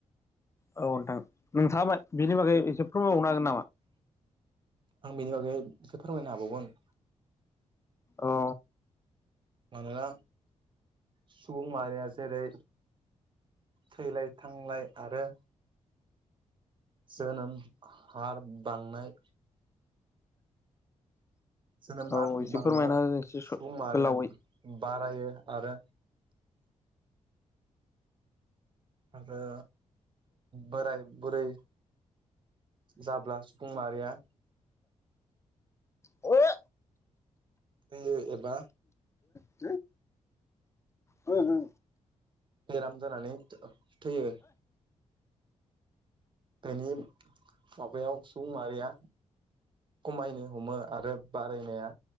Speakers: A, on the left (about 25°); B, on the right (about 40°).
A: औ नोंथां नोंथाङा बेनि बागै एसे फोरमायबावनो हागोन ना
B: आं बेनि बागै बेखौ फोरमायनो हाबावगोन
A: औ
B: मानोना सुबुं माहारिया जेरै थैलाय थांलाय आरो जोनोम हार बांनाय जोनोमहा
A: औ एसे
B: बांनायाव
A: फोरमायना हो एसे
B: सुबुं माहारिया
A: गोलावै
B: बारायो आरो आरो बोराय बोरै जाब्ला सुबुं माहारिया
A: अ
B: होयो एबा
A: अ हो हो
B: बेराम जानानै थैयो दनि माबायाव सुबुं मारिया खमायनो हमो आरो बारायनाया